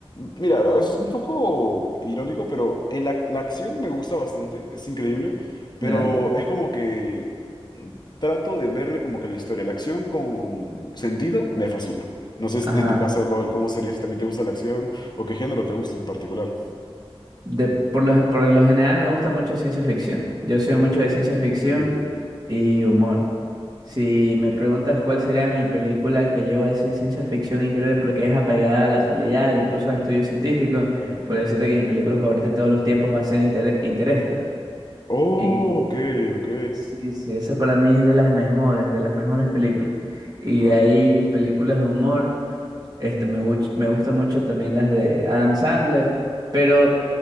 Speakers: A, on the left; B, on the right.
A: mira, es un poco irónico, pero el ac- la acción me gusta bastante, es increíble, pero
B: ¿Ya?
A: es como que trato de verle como que la historia, la acción con sentido me fascina. No sé
B: Ajá.
A: si en tu caso cuál- cómo sería si también te gusta la acción o qué género te gusta en particular.
B: De, por lo, por lo general me gusta mucho ciencia ficción. Yo soy mucho
A: Oh,
B: de ciencia
A: increíble.
B: ficción y humor. Si me preguntas cuál sería mi película que yo voy a decir ciencia ficción increíble porque es apegada a la realidad e incluso a estudios científicos,
A: Ujú.
B: por decirte que mi película favorita de todos los tiempos va a ser Inter Interestelar.
A: Oh,
B: Y
A: ok, ok,
B: sí, sí, esa para mí es de las mejores, de las mejores películas. Y
A: claro.
B: de ahí películas de humor. Este, me, guch- me gustan mucho también las de Adam Sandler, pero